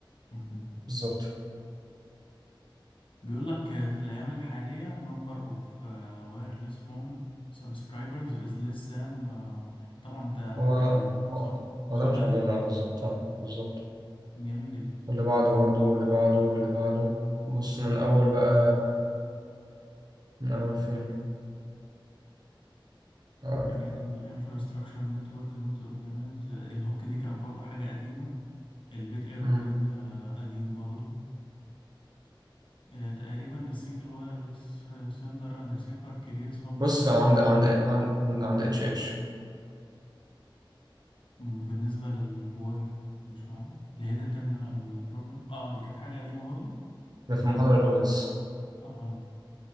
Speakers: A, on the left (about 75°); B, on the right (about 50°).
A: مهم.
B: بالظبط
A: بيقول لك آه، في الأيام الحالية number of آه، wireless phone subscribers is less than آه، طبعا ده حاجة
B: هو
A: قديمة يعني
B: هو
A: صح؟ سؤالها
B: هو ده مش علينا
A: دي
B: اه بالظبط اه بالظبط
A: جميل جدا
B: واللي بعده برضه واللي بعده واللي بعده بص من اول بقى من اول فين اقول
A: ال infrastructure network nodes organize آه، الهوك دي كانت برضو حاجة قديمة البيت ايرور
B: مم.
A: ريت قديم برضو آه، تقريبا السنجل وايرلس سندر اند ريسيفر كرييت سم بروبلم
B: بص عند
A: such
B: عند عند عند اتش اتش
A: بالنسبة للواي مش معنا الهيدن تيرمينال بروبلم اه دي كانت حاجة قديمة برضو
B: ده في المحاضره الاولى لسه.
A: اها